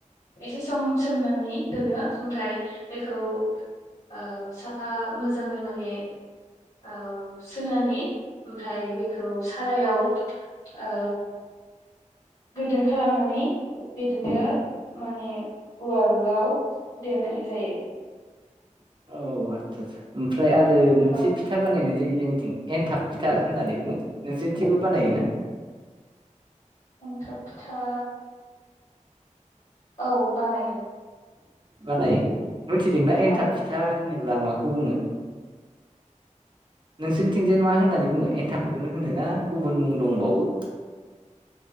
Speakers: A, on the left (about 50°); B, on the right (about 35°).
A: एसे सम सोमनानै दोनो ओमफ्राय बेखौ ओ साफा मोजाङै माने औ सोनानै ओमफ्राय बेखौ सारायाव औ गोदोन खालामनानै बिदिनो माने वालआव देनाय जायो
B: औ आतसा आसा ओमफ्राय आरो मोनसे
A: औ
B: फिथा बानायनाय जायो जों थिं एनथाब फिथा होननानै बुङो नोंसोरनिथिंबो बानायोना?
A: एनथाब फिथा औ बानायो
B: बानायो मिथिदोंना एनथाब
A: औ
B: फिथा होनोब्ला माखौ बुङो?
A: <inaudible>
B: नोंसोरनिथिंजाय मा होननानै बुङो एन्थाबखौनो होनो ना गुबुन मुं दंबावो